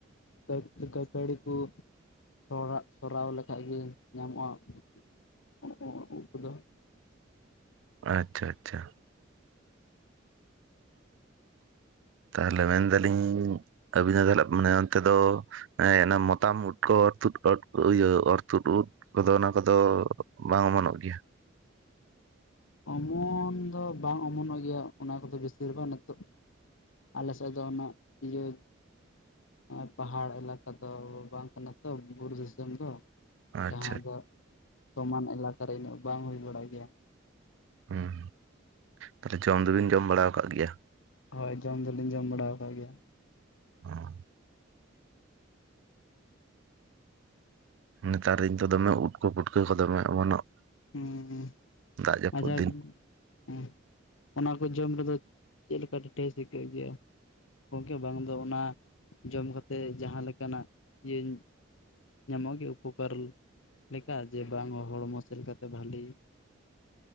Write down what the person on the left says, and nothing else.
<unintelligible> ᱠᱚ ᱾ ᱛᱚᱨᱟᱜ ᱥᱚᱨᱦᱟᱣ ᱞᱮᱠᱷᱟᱡ ᱜᱮ ᱧᱟᱢᱚᱜᱼᱟ <unintelligible> ᱠᱚᱫᱚ ᱾
ᱚᱢᱚᱱ ᱫᱚ ᱵᱟᱝ ᱚᱢᱚᱱᱚᱜ ᱜᱮᱭᱟ ᱚᱱᱟ ᱠᱚᱫᱚ ᱵᱤᱥᱤᱨ ᱵᱷᱟᱜᱽ ᱱᱤᱛᱚᱜ ᱟᱞᱮ ᱥᱮᱜ ᱫᱚ ᱚᱱᱟ ᱤᱭᱟᱹ ᱦᱚᱜᱼᱚᱭ ᱯᱟᱦᱟᱲ ᱮᱞᱟᱠᱟ ᱫᱚ ᱵᱟᱝ ᱠᱟᱱᱟ ᱛᱚ ᱵᱩᱨᱩ ᱫᱤᱥᱚᱢ ᱫᱚ᱾
ᱡᱟᱦᱟᱸ ᱫᱚ ᱥᱚᱢᱟᱱ ᱮᱞᱟᱠᱟ ᱨᱮ ᱩᱱᱟᱹᱜ ᱵᱟᱝ ᱦᱩᱭ ᱵᱟᱲᱟᱭ ᱜᱮᱭᱟ᱾
ᱦᱳᱭ ᱡᱚᱢ ᱫᱚᱞᱤᱧ ᱡᱚᱢ ᱵᱟᱲᱟᱣ ᱟᱠᱟᱜ ᱜᱮᱭᱟ᱾
ᱦᱩᱸ ᱦᱩᱸ
ᱟᱪᱷᱟ
ᱦᱮ ᱚᱱᱟ ᱠᱚ ᱡᱚᱢ ᱨᱮᱫᱚ ᱪᱮᱜ ᱞᱮᱠᱟ ᱛᱮ ᱴᱮᱥ ᱟᱭᱠᱟᱹᱜ ᱜᱮᱭᱟ? ᱜᱚᱝᱠᱮ ᱵᱟᱝ ᱫᱚ ᱚᱱᱟ ᱡᱚᱢ ᱠᱟᱛᱮᱜ ᱡᱟᱦᱟᱸ ᱞᱮᱠᱟᱱᱟᱜ ᱤᱭᱟᱹᱧ ᱧᱟᱢᱚᱜ ᱜᱮ ᱩᱯᱚᱠᱟᱨ ᱞᱮᱠᱟ ᱡᱮ ᱵᱟᱝ ᱦᱚᱲᱢᱚ ᱥᱮᱜ ᱞᱮᱠᱟ ᱛᱮ ᱵᱷᱟᱞᱤ?